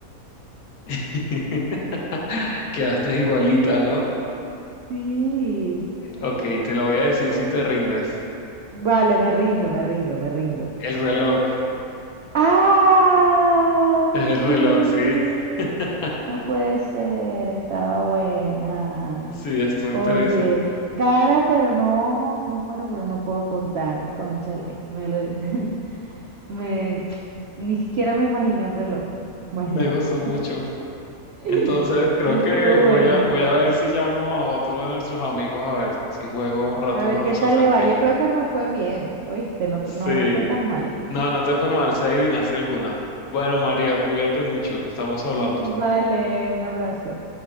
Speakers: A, on the left; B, on the right.
A: <laughs> Quedaste igualita, ¿no?
B: sí.
A: Ok, te lo voy a decir si te rindes.
B: Vale, me rindo, me rindo, me rindo.
A: El reloj,
B: ¡Ay,
A: es el reloj,
B: qué!
A: sí. <laughs>
B: No puede ser, estaba buena.
A: Sí, estuvo
B: Oye,
A: interesante.
B: cara pero no ojos, números pero no puedo contar. Cónchale, me lo- <laughs> Me, ni siquiera me imaginé el reloj, imagínate.
A: Me gustó mucho.
B: <laughs>
A: Entonces, creo
B: Estuvo
A: que voy
B: buena.
A: a, voy a ver si llamo a otro de nuestros amigos a ver si juego un rato
B: A ver
A: a
B: qué
A: los
B: tal
A: acertijos.
B: le va. Yo creo que me fue bien, ¿oíste? No,
A: Sí.
B: no me fue tan mal.
A: No, no te fue mal, se adivinaste algunas. Bueno, María, cuídate mucho. Estamos hablando.
B: Vale, un abrazo.